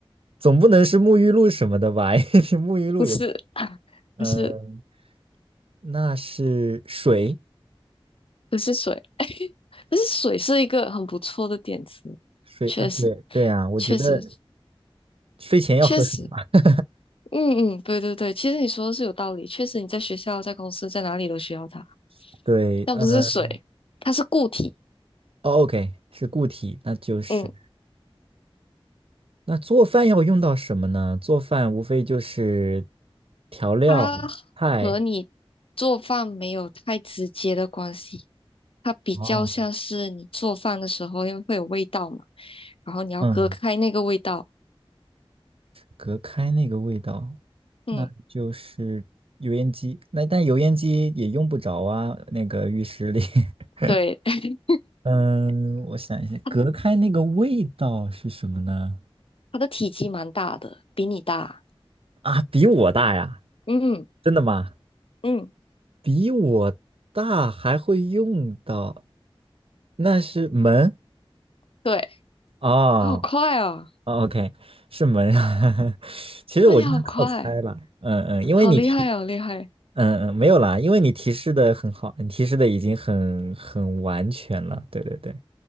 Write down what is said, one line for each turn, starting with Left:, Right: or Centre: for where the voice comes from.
Right: 总不能是沐浴露什么的吧？<laughs> 因为沐浴露也，
Left: 不是，<laughs>
Right: 嗯，
Left: 不是。
Right: 那是水，
Left: 不是水，<laughs> 但是水是一个很不错的点子，
Right: 水啊，
Left: 确实，
Right: 对对啊，我觉得
Left: 确实，
Right: 睡前要喝水嘛。
Left: 确实，嗯嗯，对对对，其实你说的是有道理，确实你在学校、在公司、在哪里都需要它，
Right: <laughs> 对，
Left: 但不是水，
Right: 嗯，
Left: 它是固体，
Right: 哦，OK，是固体，那就是。
Left: 嗯，
Right: 那做饭要用到什么呢？做饭无非就是调料、
Left: 它
Right: 菜
Left: 和你做饭没有太直接的关系，它比较像是你做饭的时候，
Right: 啊，
Left: 因为会有味道嘛，然后你要隔开那个味道，
Right: 嗯，隔开那个味道，
Left: 嗯，
Right: 那就是油烟机。那但油烟机也用不着啊，那个浴室里。<laughs>
Left: 对，<laughs>
Right: 嗯，我想一下，
Left: 它
Right: 隔开那个味道是什么呢？
Left: 它的体积蛮大的，比你大，
Right: 啊，比我大呀？
Left: 嗯
Right: 真的吗？
Left: 嗯。
Right: 比我大还会用到，那是门
Left: 对，
Right: 啊。
Left: 好快啊！
Right: 哦哦，OK，是门。啊。<laughs> 其实我就是靠猜了，
Left: 哇，你好快，
Right: 嗯嗯，因为你提，
Left: 好厉害啊，好厉害！
Right: 嗯嗯，没有啦，因为你提示的很好，你提示的已经很很完全了，对对对，